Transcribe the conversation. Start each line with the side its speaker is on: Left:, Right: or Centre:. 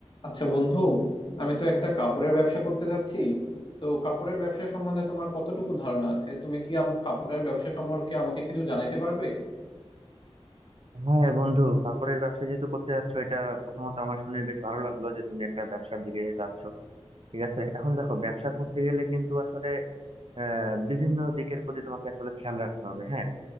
Left: আচ্ছা বন্ধু আমি তো একটা কাপড়ের ব্যবসা করতে চাচ্ছি তো কাপড়ের ব্যবসা সম্বন্ধে তোমার কতটুকু ধারণা আছে তুমি কি আমার কাপড়ের ব্যবসা সম্পর্কে আমাকে কিছু জানাইতে পারবে
Right: হ্যাঁ বন্ধু কাপড়ের ব্যবসা যেহেতু করতে যাচ্ছ এটা প্রথমত আমার শুনে বেশ ভালো লাগলো যে তুমি একটা ব্যবসার দিকে যাচ্ছ ঠিক আছে এখন দেখো ব্যবসা করতে গেলে কিন্তু আসলে আহ বিভিন্ন দিকের প্রতি তোমাকে আসলে খেয়াল রাখতে হবে হ্যাঁ